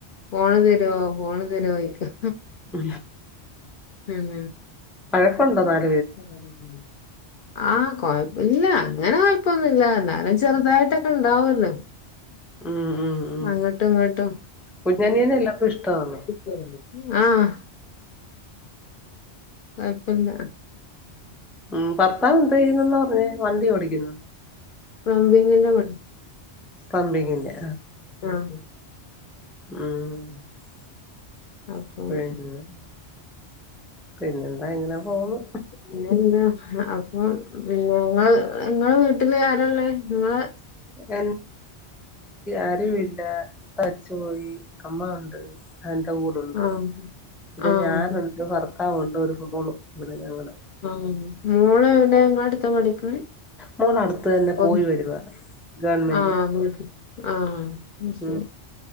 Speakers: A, on the left; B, in the centre.
A: ഫോണ് തരോ ഫോണ് തരോയ്ക്ക
B: ഉം
A: ഉം
B: <unintelligible>
A: <inaudible> ആഹ് കൊയപ്പില്ല അങ്ങനെ കൊഴപ്പൊന്നുമില്ല എന്നാലും ചെറുതായിട്ടൊക്കെ ഇണ്ടാവല്ലോ
B: ഉം ഉം ഉം
A: അങ്ങട്ടും ഇങ്ങോട്ടും
B: കുഞ്ഞനിയനെ എല്ലാർക്കും
A: <inaudible>
B: ഇഷ്ടമാണ്
A: ആഹ് കൊഴപ്പില്ല
B: ഉം ഭർത്താവ് എന്തെയ്യുന്നെന്നാ പറഞ്ഞേ വണ്ടി ഓടിക്കുന്നു
A: പ്ലംബിങ്ങിന്റെ പണി
B: പമ്പിങ്ങിന്റെ
A: ആഹ്
B: ആഹ്
A: അപ്പൊ
B: <unintelligible> പിന്നെന്താ ഇങ്ങനാ പോന്നു
A: പിന്നെ എന്താ അപ്പൊ പിന്ന ങ്ങള് ങ്ങള് വീട്ടില് ആരല്ലേ ങ്ങള്
B: <inaudible> ആരുവി <unintelligible> മരിച്ചു പോയി അമ്മ ഉണ്ട് എന്റെ കൂടുണ്ട്
A: ആഹ്
B: പിന്നെ
A: ആഹ്
B: ഞാനുണ്ട് ഭർത്താവുണ്ട് ഒരു <unintelligible> ഇവിടെ ഞങ്ങള്
A: ആഹ് മോള എവിടെ ങ്ങള അടുത്ത പഠിക്കണ
B: മോള് അടുത്ത് തന്നെ
A: ഒ
B: പോയി വരുവാ ഗവൺമെന്റ്
A: ആഹ് ആഹ് ശരി
B: ഉം